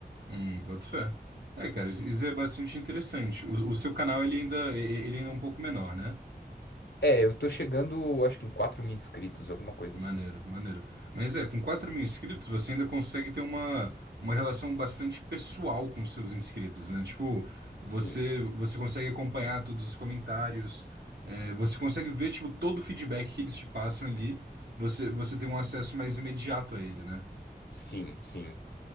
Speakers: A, on the right; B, on the left.
A: Hum, boto fé. É, cara, isso isso é bastante interessante. O, o seu canal ele ainda, e- e- ele ainda é um pouco menor, né?
B: É, eu tô chegando, acho que em quatro mil inscritos, alguma coisa
A: Maneiro,
B: assim.
A: maneiro. Mas é, com 4 mil inscritos, você ainda consegue ter uma, uma relação bastante pessoal com os seus inscritos, né? Tipo, você,
B: Sim,
A: você consegue acompanhar todos os comentários, é, você consegue ver, tipo, todo o feedback que eles te passam ali, você, você tem um acesso mais imediato a ele, né?
B: sim, sim.